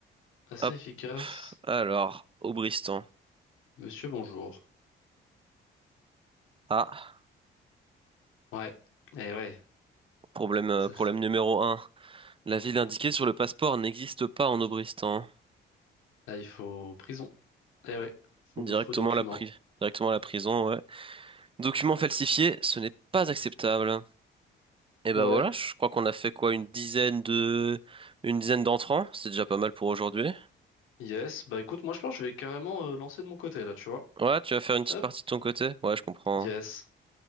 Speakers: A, on the left; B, on the right.
A: Assez
B: Hop.
A: efficace.
B: Alors, Aubristan.
A: Monsieur, bonjour.
B: Ah,
A: Ouais, eh ouais.
B: problème, euh,
A: Ça,
B: problème
A: ça-
B: numéro un. La ville indiquée sur le passeport n'existe pas en Aubristan.
A: là, il faut prison. Eh ouais, faux,
B: Directement
A: faux document.
B: à la pri- Directement à la prison, ouais. Document falsifié, ce n'est pas acceptable. Et ben
A: Ouais,
B: voilà, je crois qu'on a fait quoi, une dizaine de, une dizaine d'entrants, c'est déjà pas mal pour aujourd'hui.
A: yes. Bah, écoute, moi, je pense que je vais carrément euh, lancer de mon côté, là, tu vois.
B: Ouais, tu vas faire une petite
A: Hop,
B: partie de ton côté? Ouais, je comprends.
A: yes.